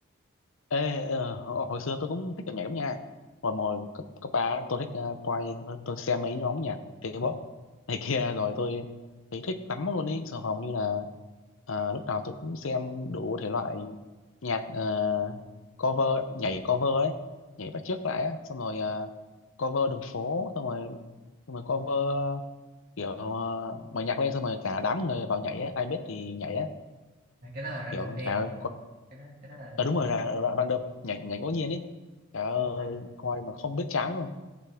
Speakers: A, on the left; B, on the right.
A: Ê, ờ, hồi hồi xưa tôi cũng thích âm nhạc lắm nha. Hồi hồi cấp cấp ba tôi thích uh, tôi tôi xem mấy nhóm nhạc K-pop này kia rồi tôi thấy thích lắm luôn ý. Rồi hầu như là ờ, lúc nào tôi cũng xem đủ thể loại nhạc ờ, cover nhảy cover ấy, nhảy bắt chước lại á, xong rồi ờ, cover đường phố, xong rồi xong rồi cover kiểu ờ, mở nhạc lên xong rồi cả đám người vào nhảy á, ai biết thì nhảy á,
B: cái đó là random
A: kiểu
B: dance
A: trời ơi,
B: cái đó cái đó là random
A: ờ đúng rồi là
B: dance
A: là random nhảy nhảy ngẫu nhiên ấy trời ơi
B: đúng rồi
A: coi mà không biết chán luôn